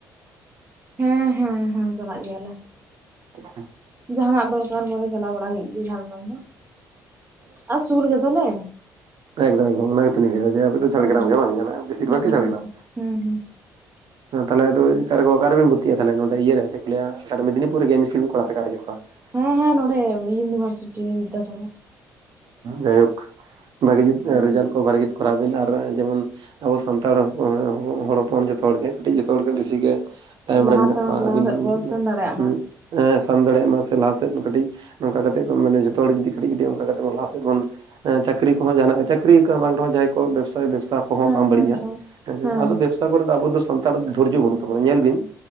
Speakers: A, on the right; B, on the right.
A: ᱦᱮᱸ ᱦᱮᱸ ᱦᱮᱸ ᱪᱟᱞᱟᱜ ᱜᱮᱭᱟᱞᱮ᱾
B: <unintelligible>
A: ᱡᱟᱦᱟᱱᱟᱜ ᱫᱚᱨᱠᱟᱨ ᱠᱚᱨᱮ ᱪᱟᱞᱟᱣ ᱵᱟᱲᱟ ᱦᱩᱭᱩᱜ ᱜᱮᱭᱟ ᱡᱷᱟᱲᱜᱨᱟᱢ ᱫᱚ ᱟᱨ ᱥᱩᱨ ᱜᱫᱚᱞᱮ᱾
B: ᱦᱮᱸ ᱤᱠᱫᱚᱢ ᱮᱠᱫᱚᱢ ᱚᱱᱟ ᱜᱮᱛᱚ ᱞᱤᱧ ᱞᱟᱹᱭ ᱫᱟ ᱟᱯᱮ ᱫᱚ
A: ᱦᱮᱸ
B: ᱡᱷᱟᱲᱜᱨᱟᱢ
A: ᱦᱮᱸ
B: ᱜᱮ ᱵᱟᱝ ᱡᱟᱦᱟᱱᱟᱜ ᱵᱮᱥᱤᱨ
A: ᱦᱩᱸ
B: ᱵᱷᱟᱜᱽ ᱜᱮ
A: ᱦᱩᱸ
B: ᱡᱷᱟᱲᱜᱮᱨᱟᱢ᱾
A: ᱦᱩᱸ <inaudible>
B: ᱛᱟᱦᱞᱮ ᱟᱫᱚ ᱚᱠᱟᱨᱮ ᱜᱚ ᱚᱠᱟᱨᱮ ᱵᱤᱱ ᱵᱷᱚᱨᱛᱤᱜᱼᱟ, ᱛᱟᱦᱚᱞᱮ ᱱᱚᱰᱮ ᱤᱭᱟᱹ ᱨᱮ ᱪᱮᱫ ᱠᱚ ᱞᱟᱹᱭᱟ ᱚᱠᱟᱨᱮ ᱢᱮᱫᱱᱤᱯᱩᱨ ᱨᱮᱜᱮ ᱮᱢ ᱮᱥ ᱥᱤ ᱵᱤᱱ ᱠᱚᱨᱟᱣᱟ ᱥᱮ ᱚᱠᱟᱨᱮᱵᱤᱱ ᱠᱚᱨᱟᱣᱟ ᱾
A: ᱦᱮᱸ ᱦᱮᱸ ᱱᱚᱰᱮ ᱤᱭᱩᱱᱤᱵᱷᱟᱨᱥᱤᱴᱤ ᱵᱤᱫᱽᱫᱟᱥᱟᱜᱚᱨ᱾
B: ᱡᱟᱭᱦᱳᱠ ᱵᱷᱟᱹᱜᱤ ᱡᱩᱛ
A: ᱦᱮᱸ
B: ᱨᱮᱡᱟᱞᱴ ᱠᱚ ᱵᱷᱟᱹᱜᱤ ᱠᱚᱨᱟᱣ ᱵᱤᱱ ᱟᱨ ᱡᱮᱢᱚᱱ ᱟᱵᱚ ᱥᱟᱱᱛᱟᱲ ᱦᱚᱲ ᱦᱚᱯᱚᱱ ᱡᱚᱛᱚ ᱦᱚᱲᱜᱮ ᱠᱟᱹᱴᱤᱡ ᱡᱚᱛᱚ ᱦᱚᱲᱜᱮ ᱵᱮᱥᱤᱜ ᱜᱮ ᱛᱟᱭᱚᱢ
A: ᱞᱟᱦᱟ
B: ᱨᱮ ᱢᱮᱱᱟᱜ
A: ᱥᱮᱱ
B: ᱠᱚᱣᱟ,
A: ᱞᱟᱦᱟ
B: ᱟᱹᱵᱤᱱ
A: ᱥᱮᱫ ᱵᱚᱱ ᱥᱮᱱ ᱫᱟᱲᱮᱭᱟᱜ
B: ᱩᱸ
A: ᱢᱟ
B: ᱥᱟᱱ ᱫᱟᱲᱮᱭᱟᱜ ᱢᱟ ᱥᱮ ᱞᱟᱦᱟ ᱥᱮᱫ ᱠᱟᱹᱴᱤᱡ ᱱᱚᱝᱠᱟ ᱠᱟᱛᱮᱜ ᱢᱟᱱᱮ ᱡᱚᱛᱚ ᱦᱚᱲ ᱡᱩᱫᱤ ᱠᱟᱹᱴᱤᱡ ᱠᱟᱹᱴᱤᱡ ᱚᱱᱠᱟ ᱠᱟᱛᱮ ᱞᱟᱦᱟ ᱥᱮᱫ ᱵᱚᱱ ᱪᱟᱹᱠᱨᱤ ᱠᱚᱦᱚᱸ ᱡᱟᱦᱱᱟᱜ ᱪᱟᱹᱠᱨᱤ ᱵᱟᱝ ᱨᱮᱦᱚᱸ ᱡᱟᱦᱟᱸ ᱠᱚ ᱵᱮᱵᱥᱟᱭᱟ ᱵᱮᱵᱥᱟ ᱠᱚᱦᱚᱸ
A: ᱦᱮᱸ
B: ᱵᱟᱝ ᱵᱟᱹᱲᱤᱡᱜᱼᱟ,
A: ᱦᱮᱸ ᱦᱮᱸ ᱦᱮᱸ
B: ᱟᱫᱚ ᱵᱮᱵᱽᱥᱟ ᱠᱚᱨᱮ ᱫᱚ ᱟᱵᱚ ᱫᱚ ᱥᱟᱱᱛᱟᱲ ᱫᱚ ᱫᱷᱳᱨᱡᱚ ᱵᱟᱹᱱᱩᱜ ᱛᱟᱵᱱᱟ ᱧᱮᱞ ᱵᱤᱱ